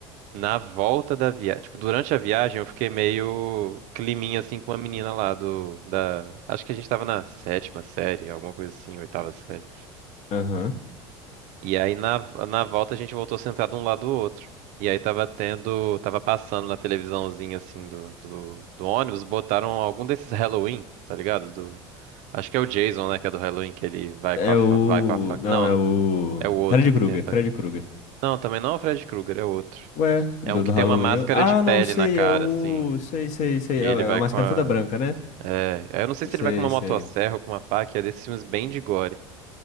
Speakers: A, on the right; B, on the left.
A: na volta da viagem, tipo, durante a viagem eu fiquei meio climinha, assim, com uma menina lá do, da, acho que a gente tava na sétima série, alguma coisa assim, oitava série.
B: aham.
A: E aí, na, na volta a gente voltou sentado um lado do outro. E aí tava tendo, tava passando na televisãozinha, assim, do, do, do ônibus, botaram algum desses Halloween, tá ligado? Acho que é o Jason, né, que é do Halloween, que ele vai
B: É
A: com a
B: o.
A: fa... vai com a faca.
B: Não,
A: Não,
B: é o.
A: é o outro
B: Fred
A: que
B: Krueger,
A: tem a faca.
B: Fred Krueger.
A: Não, também não é o Fred Krueger, é outro.
B: Ué, do,
A: É um que
B: do
A: tem
B: Halloween.
A: uma máscara
B: Ah,
A: de pele
B: não, sei,
A: na cara,
B: é o.
A: assim.
B: Sei, sei, sei.
A: E
B: É,
A: ele
B: é
A: vai
B: a máscara
A: com a.
B: toda branca, né?
A: É, eu não sei se
B: Sei,
A: ele vai com uma motosserra
B: sei.
A: ou com uma faca, é desses filmes bem de gore.